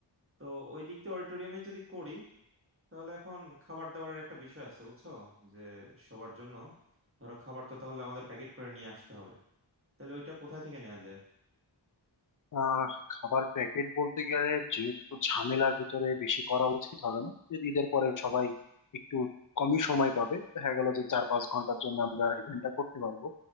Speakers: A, on the right; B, on the left.
A: তো ওই দিক দিয়ে অডিটোরিয়ামে যদি করি তাহলে এখন খাবার দাবারের একটা বিষয় আছে বুঝছো যে সবার জন্য ধরো খাবার তো তাহলে আমাদের প্যাকেট করে নিয়ে আসতে হবে তাহলে ওইটা কোথায় থেকে নেওয়া যায়
B: আহ খাবার প্যাকেট বলতে গেলে যেহেতু ঝামেলার ভিতরে বেশি করা উচিত হবে না যদি ঈদের পরে সবাই একটু কমই সময় পাবে দেখা গেল যে চার পাঁচ ঘন্টার জন্য আমরা ইভেন্টটা করতে পারবো